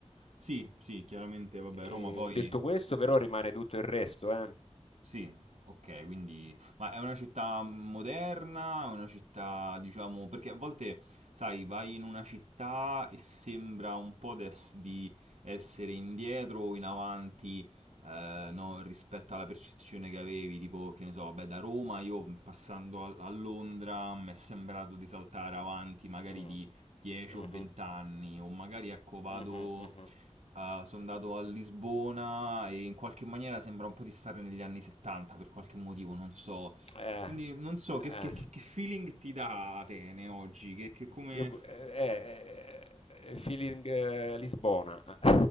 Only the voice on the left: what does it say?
E
detto questo, però, rimane tutto il resto, eh.
Mm.
Mhm.
Mhm, mhm.
Eh,
eh.
Eh, eh, eh, eh, eh, feeling eh, Lisbona, <laughs>